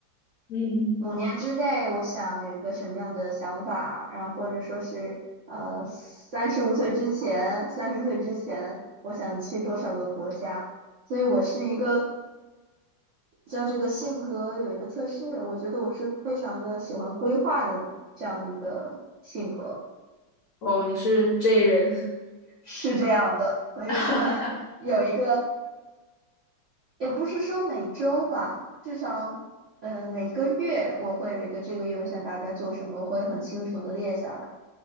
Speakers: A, on the left; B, on the right.
A: 嗯，
B: 五年之内，我想有一个什么样的想法，然后或者说是呃，三十五岁之前，三十岁之前，我想去多少个国家，所以我是一个叫这个性格有一个测试，我觉得我是非常的喜欢规划的这样一个性格，
A: 哦，你是 J 人。
B: 是这样的，所以我会。
A: <laughs>
B: 有一个也不是说每周吧，至少，呃，每个月我会有一个这个月我想大概做什么，我会很清楚的列下来，